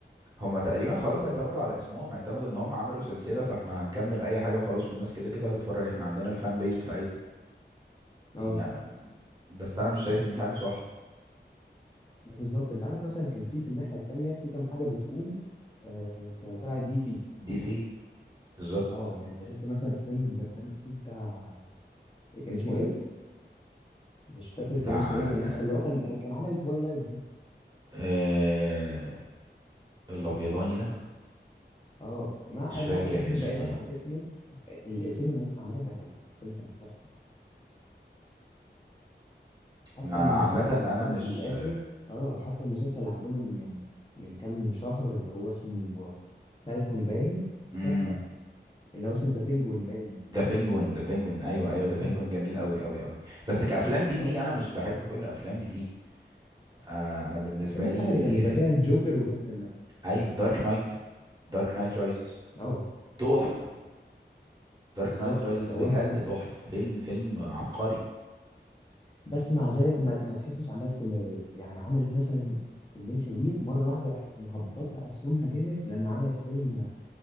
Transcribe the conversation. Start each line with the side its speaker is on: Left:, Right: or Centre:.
Right: هما تقريبا خلاص اعتمدوا على اسمهم اعتمدوا ان هم عملوا سلسلة فاحنا هنكمل اي حاجة وخلاص والناس كده كده هتتفرج احنا عندنا الفان بيس بتاعتنا يعني
Left: اه
Right: انا بس انا مش شايف ان دي حاجة صح
Left: بالظبط أنت عارف مثلا كان في في الناحية التانية في كام حاجة بتقوم آه كتبع الدي سي
Right: دي سي بالظبط
Left: اه يعني أنت شفت مثلا فيلم باتمان الأخير بتاع كان اسمه إيه؟ مش فاكر
Right: بتاع
Left: كان اسمه إيه الممثل اللي هو كان كان عامل توايلايت دي
Right: آه الابيضاني ده
Left: اه ما
Right: مش فاكر
Left: ما علينا،
Right: اسمه
Left: <laughs> بعيدا
Right: ايه
Left: عن اسمه ال- الفيلم ده عامة كان حلو الفيلم كان تحفة حتى
Right: مع-
Left: المسلسل
Right: عامة
Left: اللي
Right: انا
Left: عملوه
Right: مش
Left: في الآخر اه حتى المسلسل اللي عملوه من من من كام شهر اللي هو اسمه فالكون باين
Right: امم
Left: تحفة اللي هو اسمه ذا بينجوين باين
Right: ذا بينجوين ذا بينجوين ايوه ايوه ذا
Left: اه
Right: بينجوين جميل قوي قوي قوي بس كافلام دي سي
Left: تحفة
Right: انا مش بحب كل افلام دي سي آه انا بالنسبة
Left: بحب
Right: لي
Left: الحاجة اللي كان بيبقى فيها
Right: آه
Left: الجوكر وباتمان مثلا
Right: ايوه دارك نايت دارك نايت رايزز
Left: اه
Right: تحفة دارك
Left: بالظبط
Right: نايت رايزز
Left: فاللي
Right: بجد
Left: هو انت ما...
Right: تحفة فيلم فيلم عبقري
Left: بس مع ذلك ما, ما تحسش عندها استمرارية يعني عملت مثلا فيلمين حلوين مرة واحدة راحت مهبطة أسهمها جامد لما عملت فيلم